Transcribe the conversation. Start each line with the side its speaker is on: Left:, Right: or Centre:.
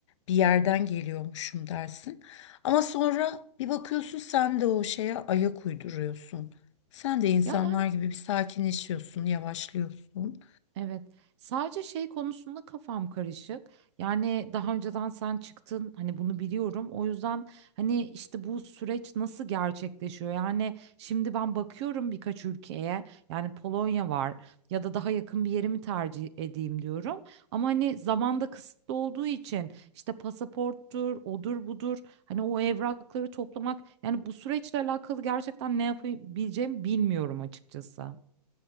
Left: bir yerden geliyormuşum dersin. Ama sonra bir bakıyorsun sen de o şeye ayak uyduruyorsun. Sen de insanlar
Right: Ya ben
Left: gibi bir sakinleşiyorsun, yavaşlıyorsun.
Right: Evet. Sadece şey konusunda kafam karışık. Yani daha önceden sen çıktın hani bunu biliyorum. O yüzden hani işte bu süreç nasıl gerçekleşiyor? Yani şimdi ben bakıyorum birkaç ülkeye. Yani Polonya var ya da daha yakın bir yeri mi tercih edeyim diyorum. Ama hani zamanda kısıtlı olduğu için işte pasaporttur, odur budur. Hani o evrakları toplamak yani bu süreçle alakalı gerçekten ne yapabileceğimi bilmiyorum açıkçası.